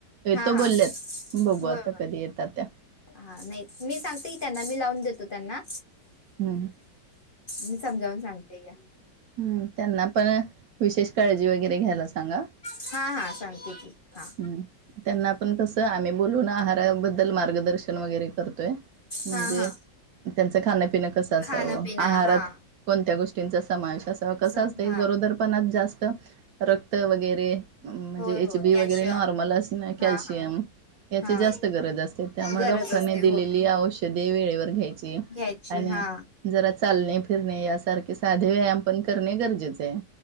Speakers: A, on the right; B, on the left.
A: येतो
B: हा हा
A: बोलल्यात बघू
B: होय
A: आता
B: होय
A: कधी येतात त्या.
B: हा, नाही मी सांगते की त्यांना मी लावून देतो त्यांना.
A: <unintelligible>
B: मी समजावून सांगते या.
A: हम्म, त्यांना पण विशेष काळजी वगैरे घ्यायला सांगा.
B: हां, हां सांगते की. हां
A: हम्म, त्यांना पण कसं आम्ही बोलून आहाराबद्दल मार्गदर्शन वगैरे करतोय. म्हणजे
B: हा हा
A: त्यांचं खाणंपिणं कसं असावं.
B: खाणं पिणं
A: आहारात
B: हा
A: कोणत्या गोष्टींचा समावेश असावा. कसं
B: स
A: असतय
B: हा
A: गरोदर पणात जास्त रक्त वगैरे अं म्हणजे
B: होय
A: एच
B: होय
A: बी
B: कॅल्शियम
A: वगैरे नॉर्मल असणं कॅल्शियम
B: हा हा
A: याची जास्त
B: हा
A: गरज असते. त्यामुळे
B: गरज
A: डॉक्टरांने
B: असते होय
A: दिलेली औषधे वेळेवर घ्यायची
B: घ्यायची
A: आणि
B: हा
A: जरा चालणे फिरणे यासारखी सा ते व्यायाम पण करणे गरजेचे हय.